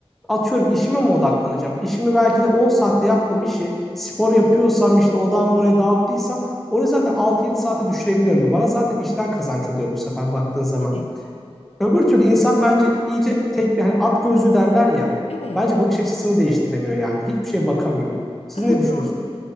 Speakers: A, in the centre; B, on the left.
A: atıyorum işime mi odaklanacağım? İşimi belki de 10 saatte yaptığım işi spor yapıyorsam işte odağımı oraya dağıttıysam orayı zaten 6-7 saate düşürebiliyorum. Bana zaten işten kazanç oluyor bu sefer baktığın zaman.
B: Tabii.
A: Öbür türlü insan bence iyice tek bir hani at gözlü derler ya.
B: Evet.
A: Bence bakış açısını değiştiremiyor yani. Hiçbir şeye bakamıyor. Siz
B: <laughs>
A: ne düşünüyorsunuz?
B: Doğru.